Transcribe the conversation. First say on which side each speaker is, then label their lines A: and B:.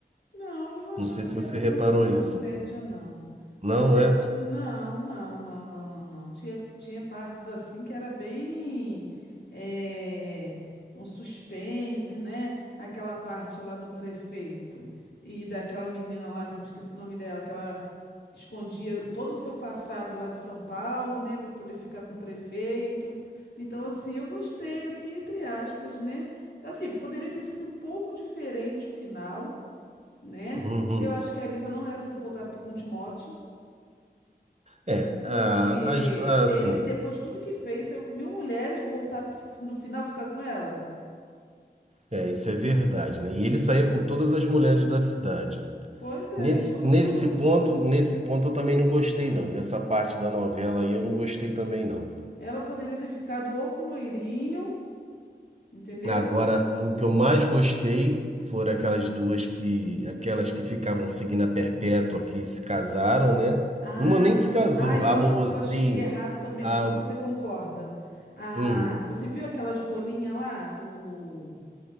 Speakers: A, on the left (about 90°); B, on the right (about 40°).
A: Não, eu não achava
B: Não sei se
A: que
B: você
A: era mais
B: reparou
A: pro lado
B: isso.
A: da comédia, não.
B: Não
A: Até.
B: é?
A: po- Não, não, não, não, não, não. Tinha, tinha partes assim que era bem. eh, um suspense, né? Aquela parte lá do prefeito e daquela menina lá, que eu me esqueci o nome dela, que ela escondia todo o seu passado lá de São Paulo, né? para poder ficar com o prefeito. Então, assim, eu gostei, assim, entre aspas, né? Assim, poderia ter sido um pouco diferente o final né?
B: Uhum.
A: Eu acho que a Elisa não era pra ter voltado com o Timóteo,
B: É,
A: porque
B: a, as- a-
A: ele,
B: assim,
A: depois de tudo que fez, saiu com mil mulheres, voltar p- no final ficar com ela.
B: é, isso é verdade, né? E ele saía com todas as mulheres da cidade.
A: Pois é,
B: Nesse,
A: isso que eu
B: nesse
A: tô falando.
B: ponto, nesse ponto eu também não gostei, não. Essa parte da novela aí eu não gostei também, não.
A: Ela poderia ter ficado ou com o loirinho, entendeu?
B: Agora, o que eu mais gostei foram aquelas duas que, aquelas que ficavam seguindo a perpétua, que se casaram, né?
A: Ah,
B: Uma nem se casou,
A: ah, e uma
B: a Mozinho,
A: coisa que eu achei errado também,
B: a
A: não sei se você concorda. Ah,
B: um,
A: você viu aquelas rolinhas lá do